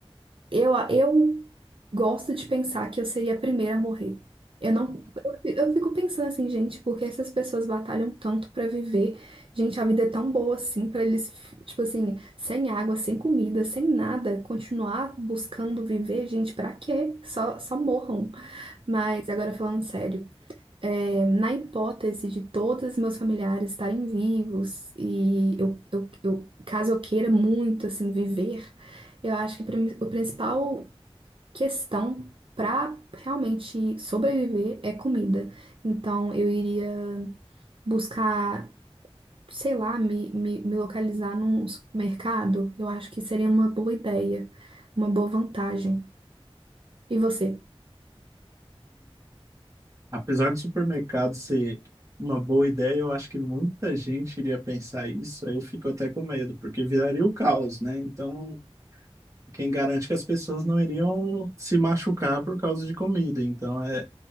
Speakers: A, on the right; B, on the right.
A: Eu, eu gosto de pensar que eu seria a primeira a morrer. Eu não, eu, eu fico pensando assim, gente, porque essas pessoas batalham tanto pra viver. Gente, a vida é tão boa assim pra eles, tipo assim, sem água, sem comida, sem nada, continuar buscando viver, gente, pra quê? Só, só morram. Mas agora falando sério, é, na hipótese de todos meus familiares estarem vivos e eu, eu, eu- caso eu queira muito assim viver, eu acho que o prim- o principal questão para realmente sobreviver é comida. Então eu iria buscar, sei lá, me, me, me localizar num supermercado. Eu acho que seria uma boa ideia, uma boa vantagem. E você?
B: Apesar do supermercado ser uma boa ideia, eu acho que muita gente iria pensar isso. Aí eu fico até com medo, porque viraria o caos, né? Então, quem garante que as pessoas não iriam se machucar por causa de comida? Então, é,